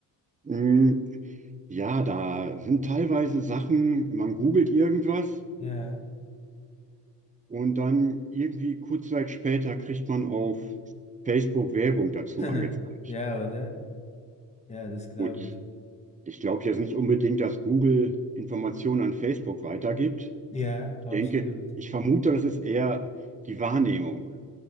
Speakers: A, on the right; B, on the left.
A: Hm, ja, da sind teilweise Sachen, man googelt irgendwas
B: Ja.
A: und dann irgendwie kurze Zeit später kriegt man auf Facebook Werbung dazu
B: <laughs>
A: angezeigt.
B: Ja, oder? Ja, das glaube
A: Gut,
B: ich.
A: ich glaube jetzt nicht unbedingt, dass Google Informationen an Facebook weitergibt.
B: Ja,
A: Ich
B: absolut.
A: denke, ich vermute, das ist eher die Wahrnehmung.